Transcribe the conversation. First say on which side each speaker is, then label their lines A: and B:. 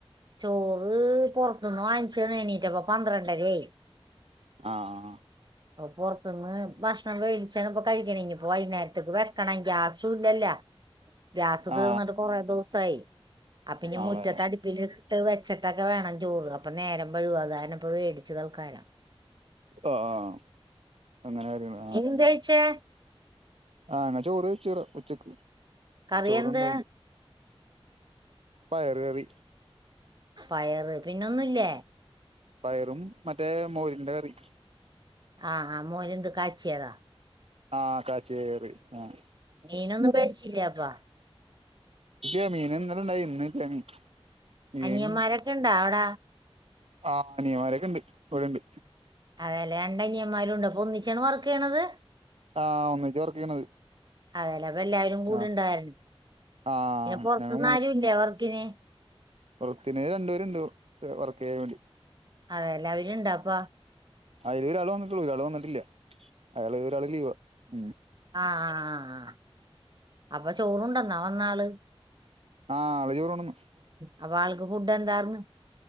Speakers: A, on the right; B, on the right.
A: ചോറ് പുറത്തുന്ന് വാങ്ങിച്ചണ് എണീറ്റപ്പ പന്ത്രണ്ടരായി
B: ആഹ്
A: അഹ' പുറത്തുന്ന് ഭക്ഷണം വേടിച്ചാണ് ഇപ്പൊ കഴിക്കണെപ്പോ വൈകുന്നേരത്തേക്ക് വെക്കണം ഗ്യാസും ഇല്ലല്ല ഗാസ് തീർന്നിട്ട്
B: ആ
A: കൊറെ ദിവസായി അപ്പ ഇനി
B: ആളെ
A: മുറ്റത്തെ അടുപ്പില് ഇട്ട് വെച്ചട്ടൊക്കെ വേണം ചോറ് അപ്പൊ നേരം വഴുകും അത് കാരണം ഇപ്പ വേടിച്ച് തൽക്കാലം
B: ആഹ് ആഹ് അങ്ങനെ കാര്യങ്ങള്
A: എന്ത്ഴച്ചേ
B: ആഹ്ങ്ങനെ ചോറ് ചെറ ഉച്ചക്ക്
A: കറി
B: ചോറുണ്ടായിരുന്നു
A: എന്ത്
B: പയർ കറി
A: പയറ് പിന്നൊന്നുല്ലേ
B: പയറും മറ്റേ മോരിന്റെ കറി
A: ആഹ് ആഹ മോര് എന്ത് കാച്ചിയതാ
B: ആഹ് കാച്ചിയ കറി ആഹ
A: മീനൊന്നും മേടിച്ചില്ല അപ്പാ
B: ഇല്ല മീന് ഇന്നലെ ഇണ്ടായി ഇന്ന് <unintelligible> മീൻ
A: അനിയന്മാരൊക്കെ ഉണ്ടാ അവിട
B: ആഹ് അനിയമാരൊക്കെ ഉണ്ട് ഇവിടെണ്ട്
A: അതേല്ലേ രണ്ടനിയന്മാരും ഉണ്ട് അപ്പൊ ഒന്നിച്ചാണ് വർക്ക്യ്യണത്
B: ആഹ് ഒന്നിച്ച് വർക്ക് ചെയ്യണത്
A: അതലപ്പ എല്ലാരും കൂടെണ്ടാരുന്നു
B: ആഹ് ആഹ്
A: പിന്നെ പുറത്തന്ന്
B: ഞങ്ങൾ
A: ആരുുംല്ലേ വർക്കിന്
B: പൊറത്ത്ന്ന് രണ്ടുപേരുണ്ട് വർക്ക് യ്യാൻ വേണ്ടി
A: അതെ അവര്ണ്ടാപ്പ
B: അതില് ഒരാള് വന്നിട്ടുള്ളൂ ഒരാള് വന്നിട്ടില്ല അയാള് ഒരാള് ലീവ ഉം
A: ആഹ് ആഹ് ആഹ് അപ്പൊ ചോറുണ്ടെന്നാ വന്നാലും
B: ആഹ് അവര് ചോറണ്ടന്ന്
A: അപ്പൊ ആൾക്ക് ഫുഡ് എന്താർന്ന്